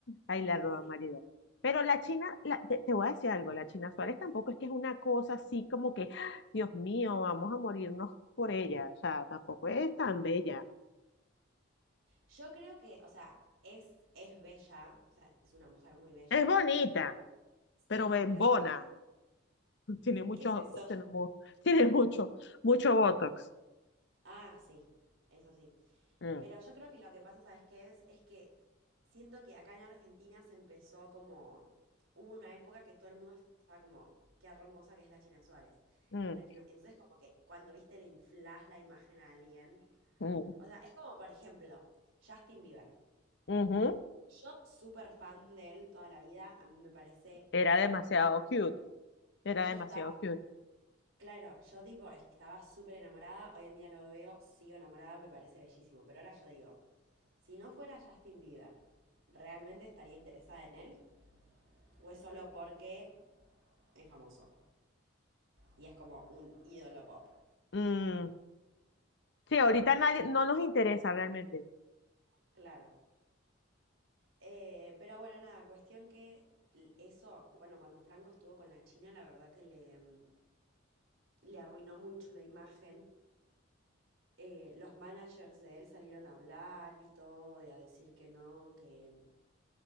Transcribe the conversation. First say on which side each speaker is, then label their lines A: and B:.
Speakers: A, on the left; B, on the right.
A: ay, la
B: un
A: roba
B: sí.
A: marido. Pero la China, la- te, te voy a decir algo, la China Suárez tampoco es que es una cosa así como que, ¡ah! Dios mío, vamos a morirnos por ella, o sea, tampoco es tan bella.
B: Yo creo que, o sea, es, es bella, o sea, es una mujer muy bella.
A: Es bonita,
B: pero- sí,
A: pero bembona,
B: pero yo creo
A: tiene mucho,
B: que es eso.
A: tiene, mu- <laughs> tiene mucho, mucho botox.
B: Ah, sí, eso sí.
A: Mm.
B: Pero yo creo que lo que pasa, ¿sabes qué es? Es que siento que acá en Argentina se empezó como, hubo una época que todo el mundo estaba como, qué hermosa que es la China Suárez.
A: Mm,
B: La China- Entonces como que cuando viste le inflás la imagen a alguien.
A: mm,
B: O sea, es como, por ejemplo, Justin Bieber.
A: ujú.
B: Yo súper fan de él toda la vida, a mí me parece
A: Era
B: súper
A: demasiado
B: hermoso.
A: cute, era
B: Yo
A: demasiado
B: estaba,
A: cute.
B: claro, yo tipo estaba súper enamorada, hoy en día lo veo, sigo enamorada, me parece bellísimo, pero ahora yo digo, si no fuera Justin Bieber, ¿realmente estaría interesada en él? ¿O es solo porque es famoso y es como un ídolo pop?
A: Mm, sí, ahorita nadie, no nos interesa realmente.
B: Claro. Eh, pero bueno, nada, cuestión que l- eso, bueno, cuando Franco estuvo con la China, la verdad que le, mm, le arruinó mucho la imagen. eh, los managers de él salieron a hablar y todo, y a decir que no, que,